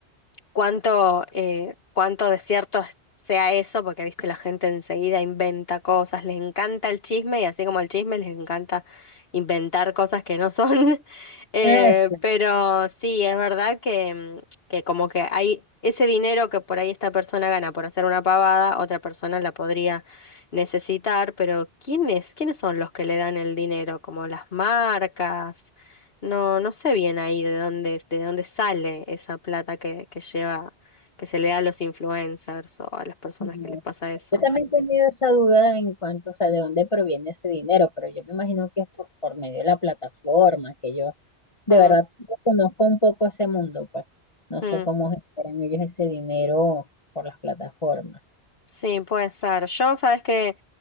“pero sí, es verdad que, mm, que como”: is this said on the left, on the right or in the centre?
Left